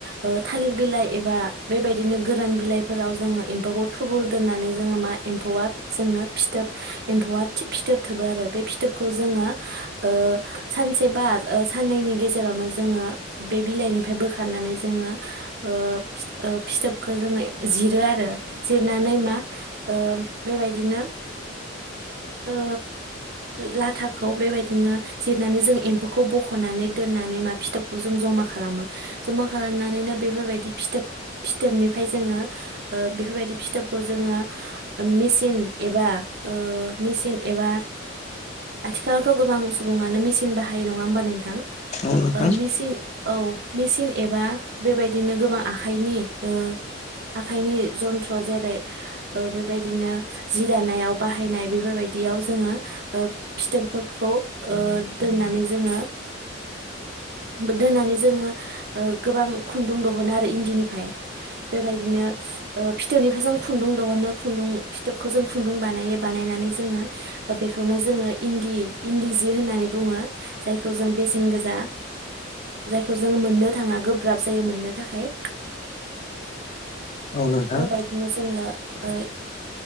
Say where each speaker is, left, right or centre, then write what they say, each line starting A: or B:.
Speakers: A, on the right; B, on the left.
A: ओ थालिर बिलाइ एबा बेबायदिनो गोरान बिलाइफोराव जोङो एम्फौखौ थुबुर दोननानै जोङो मा एम्फौआ जोंनो फिथोब एम्फौआ फिथोब थोबो आरो बे फिथोबखौ जोङो ओ सानसे बा ओ साननैनि गेजेरावनो जोङो बे बिलाइनिफ्राय बोखारनानै जोङो ओ फिथ फिथोबखौ ओ जोङो जिरो आरो जिरनानै मा ओ बेबायदिनो ओ लाथा खौ बेबायदिनो जिरनानै जों एम्फौखौ बख'नानै दोननानै मा फिथोबखौ जों जमा खालामो। जमा खालामनानैनो बेफोरबायदि फिथोब फिथोबनिफ्राय जोङो ओ बेफोरबायदि फिथोबखौ जोङो मेसिन एबा ओ मेसिन एबा आथिखालावथ' गोबां सुबुङानो मेसिन बाहायो नङा होमबा नों थां
B: औ नोंथां
A: ओ मेसिन औ मेसिन एबा बेबायदिनो गोबां आखाइनि ओ आखाइनि जन्थ्र जेरै ओ बेबायदिनो जि दानायाव बाहायनाय बेफोरबायदियाव जोङो ओ फिथोबफोरखौ ओ दोननानै जोङो दोननानै जोङो ओ गोबां खुन्दुं दिहुनो आरो इन्दिनिफाय। बेबायदिनो फिथोबनिफ्राय जों खुन्दुं दिहनो खुन्दुं फिथोबखौ जों खुन्दुं बानायो बानायनानै जोङो ओ बेखौनो जोङो इन्दि -इन्दि जि होननानै बुङो जायखौ जों बेसेन गोजा जायखौ ओ जों मोननो थाङा गोब्राब जायो मोननो थाखाय
B: औ नोंथां
A: बेबायदिनो जोङो ओ